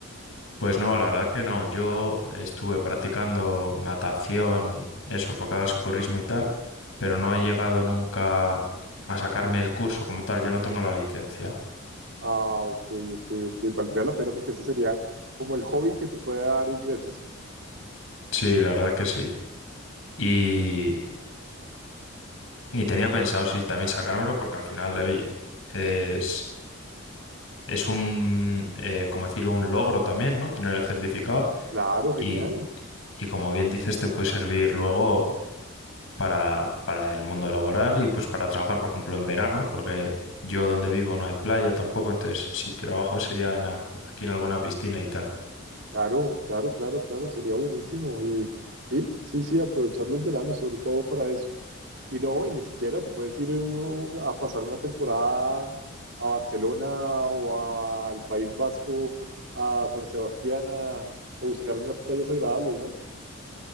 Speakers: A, on the left; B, on the right.
A: Pues no, la verdad que no. Yo estuve practicando natación, eso, enfocado al socorrismo y tal, pero no he llegado nunca a sacarme el curso como tal. Yo no tengo la licencia.
B: Ah, ok, ok, ok. Valdría la pena porque ese sería como el hobby que te puede dar ingresos.
A: Sí, la verdad que sí. Y, y tenía pensado, sí, también sacármelo porque al final, eh, oye, es, es un, eh, como decir, un logro también, ¿no? Tener el certificado
B: Claro, genial.
A: y, y como bien dices, te puede servir luego. para, para el mundo laboral y pues para trabajar, por ejemplo, en verano, porque yo donde vivo no hay playa tampoco, entonces si trabajo sería en, a- aquí en alguna piscina y tal.
B: Claro, claro, claro, claro. Sería buenísimo. Y sí, sí, sí, aprovechar los veranos sobre todo para eso. Y no, y ni siquiera te puedes ir uno a pasar una temporada a Barcelona o a- al País Vasco, a San Sebastián, a, a buscar unas playas agradables, ¿no?